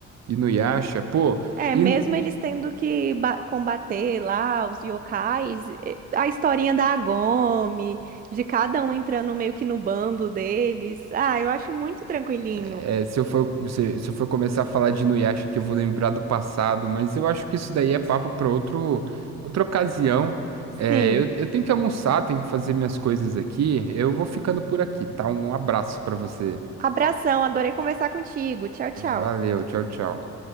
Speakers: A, on the right; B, on the right.
A: E no Yasha, pô,
B: É,
A: e,
B: mesmo eles tendo que ba- combater lá os yokais, eh, a historinha da Agome, de cada um entrando meio que no bando deles. Ah, eu acho muito tranquilinho.
A: é, se eu for, se, se eu for começar a falar de Inuyasha que eu vou lembrar do passado, mas eu acho que isso daí é papo para outro, outra ocasião. É,
B: Sim.
A: eu, eu tenho que almoçar, tenho que fazer minhas coisas aqui. Eu vou ficando por aqui, tá? Um abraço para você.
B: Abração, adorei conversar contigo. Tchau, tchau.
A: Valeu, tchau, tchau.